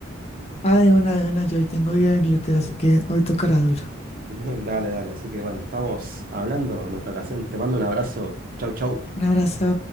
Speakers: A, on the left; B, on the right.
A: Ah, de una, de una, yo hoy tengo día de glúteo, así que hoy tocará duro.
B: <laughs> Dale, dale. Así que bueno, estamos hablando en otra ocasión. Te mando un abrazo. Chau, chau.
A: Un abrazo.